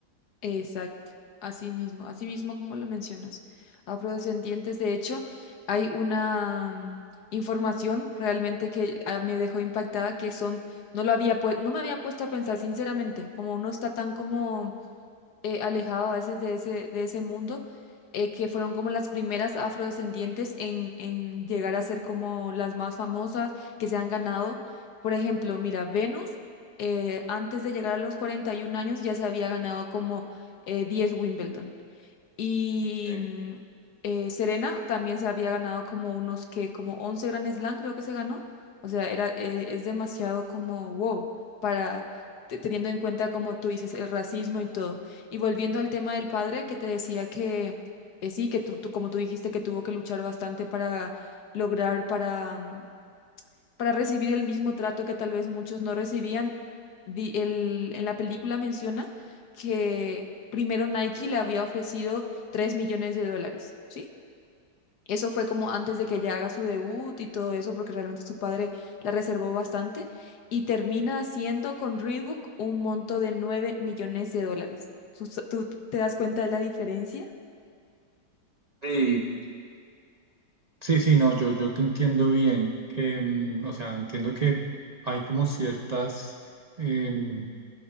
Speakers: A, on the left (about 70°); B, on the right (about 50°).
A: Exacto, así mismo, así mismo como lo mencionas. Afrodescendientes, de hecho, hay una mm, información realmente que ah, me dejó impactada que son, no lo había pue- no me había puesto a pensar sinceramente, como uno está tan como eh, alejado a veces de ese, de ese mundo, eh, que fueron como las primeras afrodescendientes en, en llegar a ser como las más famosas que se han ganado. Por ejemplo, mira, Venus, eh, antes de llegar a los 41 años ya se había ganado como eh, 10 Wimbledon. Y
B: Sí,
A: mm, eh, Serena también se había ganado como unos que, como 11 Grand Slam creo que se ganó. O sea, era, eh, es demasiado como wow para te- teniendo en cuenta, como tú dices, el racismo y todo. Y volviendo al tema del padre que te decía que eh, sí, que tú, tú, como tú dijiste, que tuvo que luchar bastante para lograr, para mm, para recibir el mismo trato que tal vez muchos no recibían. Di- el- en la película menciona que primero Nike le había ofrecido 3 millones de dólares, ¿sí? Eso fue como antes de que ella haga su debut y todo eso, porque realmente su padre la reservó bastante, y termina haciendo con Reebok un monto de 9 millones de dólares. ¿Tú, tú te das cuenta de la diferencia?
B: sí, sí, sí, no, yo, yo te entiendo bien, que, mm, o sea, entiendo que hay como ciertas... em,